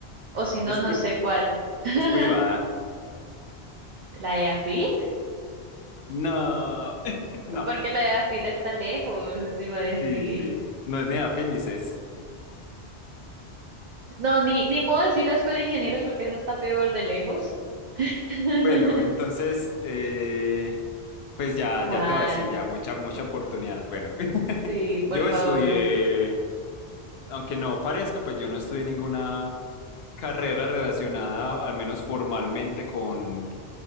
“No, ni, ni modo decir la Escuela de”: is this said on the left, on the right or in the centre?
Right